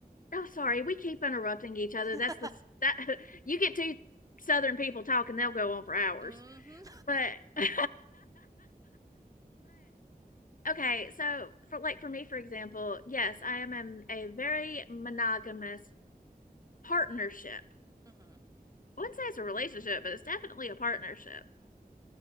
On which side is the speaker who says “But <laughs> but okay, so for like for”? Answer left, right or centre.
Left